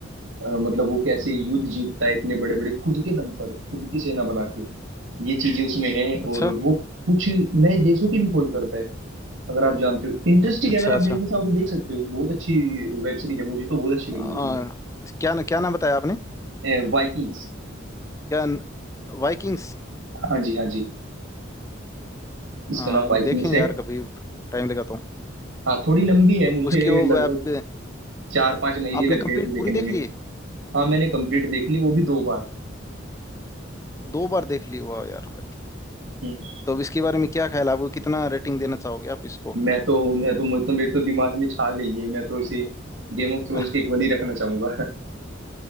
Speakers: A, on the right; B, on the left.
A: अ, मतलब वो कैसे युद्ध जीतता है इतने बड़े बड़े खुद के दम पर खुद की सेना बना के ये चीजें उसमें हैं
B: अच्छा
A: और वो कुछ नए देशों की भी खोज करता है अगर आप जानते हो इंटरेस्टिंग
B: अच्छा
A: है अगर आप
B: अच्छा
A: देखना चाहो तो देख सकते हो बहुत अच्छी वेब सीरीज है मुझे तो बहुत अच्छी लगी
B: आ,
A: देखने
B: क्या क्या नाम बताया आपने
A: में वाइकिंग्स
B: क्या वाइकिंग्स
A: हाँ जी हाँ जी इसका
B: हाँ
A: नाम
B: वो
A: वाइकिंग्स
B: देखेंगे
A: है
B: यार कभी टाइम लगा तो
A: हाँ थोड़ी लंबी है मुझे
B: उसकी वो
A: लगभग
B: वेब
A: चार पांच महीने
B: आपने
A: लग गए
B: कंप्लीट
A: थे देखने
B: पूरी देख
A: में
B: ली है
A: हाँ मैंने कंप्लीट देख ली वो भी दो बार
B: दो बार देख ली हुआ यार भाई
A: हम्म
B: तो अब इसके बारे में क्या ख्याल है आपको कितना रेटिंग देना चाहोगे आप इसको
A: मैं तो मैं तो मुझे तो मेरे तो दिमाग में छा गई है मैं तो इसे गेम ऑफ थ्रोन्स
B: <laughs>
A: के इक्वल ही रखना चाहूंगा <laughs>